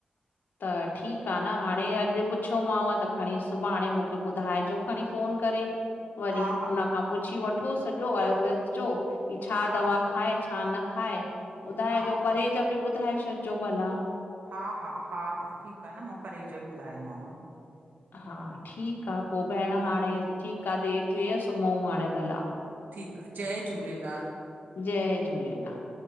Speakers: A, on the left (about 85°); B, on the right (about 75°).
A: त ठीकु आ न हाणे अॼु पुछियोमांव त खणी सुभाणे मुखे ॿुधाइजो खणी फोन करे वरी
B: हा हा
A: हुन खां पुछी वठो सॼो आयुर्वेद जो छा
B: हा
A: दवा
B: हा
A: खाए, छा न खाए ॿुधाए
B: हा
A: जो
B: हा
A: परहेज बि ॿुधाए छॾिजो भला।
B: हा हा हा हा, ठीकु आ न मां परहेज जो ॿुधाईंदमांव।
A: हा ठीकु आ पोइ भेण
B: हलो
A: हाणे ठीकु आ देरि थी वई आ सुम्हूं हाणे भला।
B: ठीकु आ, जय झूलेलाल।
A: जय झूलेलाल।